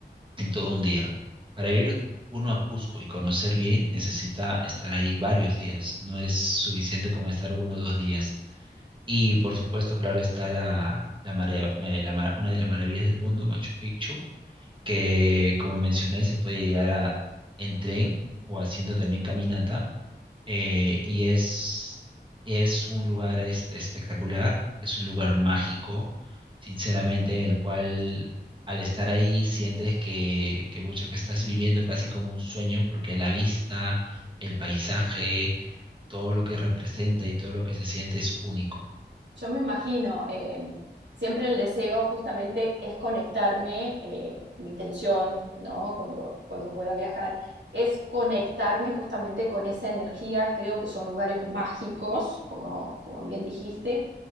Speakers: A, on the right; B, on the right.
A: en todo un día. Para ir uno a Cusco y conocer bien, necesita estar ahí varios días. No es suficiente con estar uno o dos días. Y por supuesto, claro, está la, la, marea- eh, la ma- una de las maravillas del mundo, Machu Picchu, que como mencioné, se puede llegar a, en tren o haciendo también caminata eh, y es, es un lugar este, espectacular, es un lugar mágico, sinceramente, el cual al estar ahí sientes que, que, mucho que estás viviendo casi como un sueño, porque la vista, el paisaje, todo lo que representa y todo lo que se siente es único.
B: Yo me imagino, eh, siempre el deseo justamente es conectarme, eh, mi intención, ¿no? Cuando, cuando pueda viajar, es conectarme justamente con esa energía. Creo que son lugares mágicos, como, como bien dijiste,